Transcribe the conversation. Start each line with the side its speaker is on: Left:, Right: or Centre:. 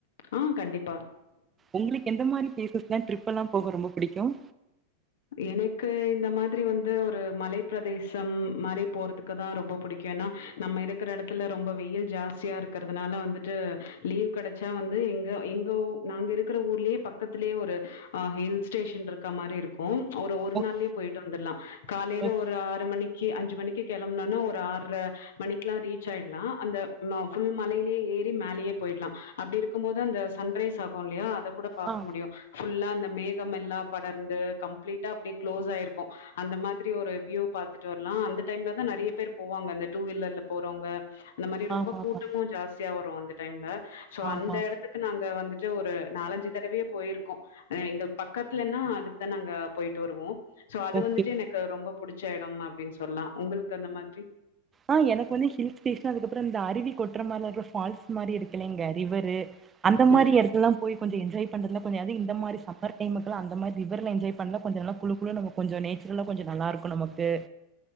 Left: ஆ கண்டிப்பா.
Right: உங்களுக்கு எந்த மாதிரி பிலேசஸ் எல்லாம் ட்ரிப் எல்லாம் போக ரொம்ப பிடிக்கும்
Left: எனக்கு இந்த மாதிரி வந்து ஒரு மலை பிரதேசம் மாதிரி போறதுக்குதான் ரொம்ப பிடிக்கும் ஏன்னா நம்ம இருக்கிற இடத்துல ரொம்ப வெயில் ஜாஸ்தியா இருக்கிறதுனால வந்துட்டு லீவ் கிடைச்சா வந்து எங்க எங்கஊ நாங்க இருக்கிற ஊர்லயே பக்கத்தலேயே ஒரு அஹ் ஹில் ஸ்டேஷன் இருக்க மாறி இருக்கும் கோன் ஒரு ஒரு
Right: ஓக்
Left: நாள்லே போயிட்டு வந்துர்லாம் காலைல
Right: ஓக்
Left: ஒரு ஆறு மணிக்கு அஞ்சு மணிக்கு கிளம்னோனா ஒரு ஆர்றமணிக்குலா ரீச் ஆய்ட்லாம் அந்த புல் மலையிலேயே ஏறி மேலேயே போய்ட்லாம் அப்டி இருக்கும் போது அந்த சன்ரைஸ் ஆகுல்லையா அத கூட பாக்க
Right: ஆ
Left: முடியும் ஃபுல்லா அந்த மேகம் எல்லாம் படர்ந்து கம்ப்ளீட்டா அப்டியே க்ளோஸ் ஆயிருக்கும் அந்த மாதிரி ஒரு வியூ பாத்துட்டு வரலாம் அந்த டைம்லதான் நிறைய பேர் போவாங்க அந்த டூ வீலர்ல போறவங்க அந்த மாதிரி ரொம்ப
Right: ஆமா
Left: கூட்டமும்
Right: ஆமா
Left: ஜாஸ்தியா வரும் அந்த டைம்ல சோ
Right: ஆமா
Left: அந்த இடத்துக்கு நாங்க வந்துட்டு ஒரு நாலஞ்சு தடவையே போயிருக்கோம் எங்கள் பக்கத்துலன்னா அது நாங்க போயிட்டு வருவோம் சோ அது
Right: ஓகே
Left: வந்துட்டு எனக்கு ரொம்ப புடிச்ச இடம் அப்டின்னு சொல்லாம் உங்களுக்கு அந்த மாதிரி
Right: ஆஹ் எனக்கு வந்து ஹில் ஸ்டேஷன் அதுக்கப்பறம் இந்த அருவி கொட்டுற மாதிரி இருக்கற ஃபால்ஸ் மாதிரி இருக்குலங்க ரிவரு அந்த மாதிரி
Left: ம்
Right: இடத்துலாம் போய் கொஞ்சம் என்ஜாய் பண்றது கொஞ்சம் அத இந்த மாதிரி சம்மர் டைம் அந்த மாறி ரிவர்ல என்ஜாய் பண்ண கொஞ்ச நாள் குழு குழு நம் கொஞ்ச நேச்சு இன்னோ கொஞ்சம் நல்ல இருக்கும் நமக்கு